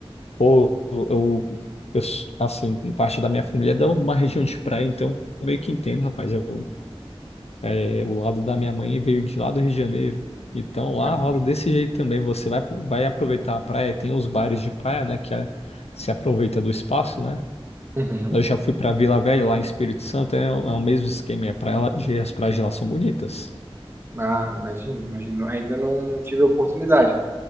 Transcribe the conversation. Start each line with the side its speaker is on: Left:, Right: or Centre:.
Left: Ou eu, eu, eu, assim, parte da minha família é de uma região de praia, então eu meio que entendo, rapaz, eu É, o lado da minha mãe veio de lá do Rio de Janeiro. Então lá
Right: Legal.
Left: rola desse jeito também. Você vai, vai aproveitar a praia, tem os bares de praia, né? Que é- se aproveita do espaço, né?
Right: Uhum.
Left: Eu já fui para Vila Velha, lá em Espírito Santo, é, é o mesmo esquema. A praia, lá- e as praias de lá são bonitas.
Right: Ah, imagino, imagino. Ainda não tive a oportunidade,